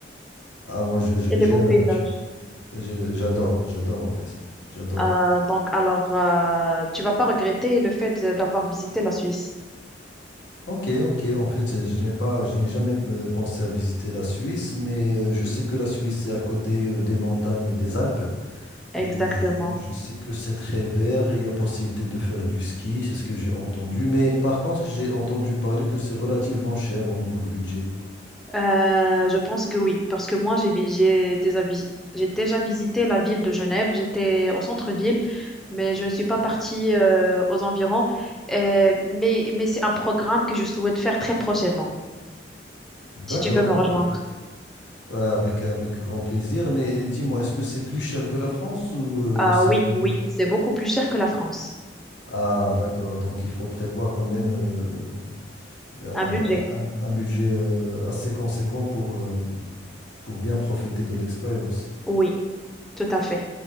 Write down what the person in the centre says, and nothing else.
et les
beaux paysages.
Euh, donc, alors, euh, tu vas pas regretter le fait d'avoir visité la Suisse.
Exactement.
Euh, je pense que oui, parce que moi, j'ai vi- j'ai déjà, visi- j'ai déjà visité la ville de Genève. J'étais au centre-ville, mais je ne suis pas partie euh, aux environs. Euh, mais mais c'est un programme que je souhaite faire très prochainement,
si tu veux me
rejoindre.
Ah
oui,
oui, c'est beaucoup plus cher que la France.
Un budget,
oui, tout à fait.